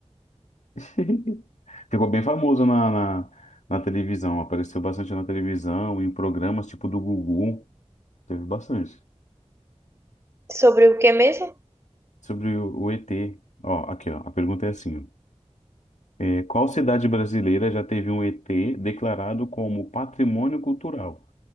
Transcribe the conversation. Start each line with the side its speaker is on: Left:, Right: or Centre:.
Left: <laughs> Ficou bem famoso na, na, na televisão, apareceu bastante na televisão, em programas tipo do Gugu, teve bastante.
Right: Sobre o que mesmo?
Left: Sobre o o ET. Ó, aqui, ó. A pergunta é assim, ó. É, qual cidade brasileira já teve um ET declarado como patrimônio cultural?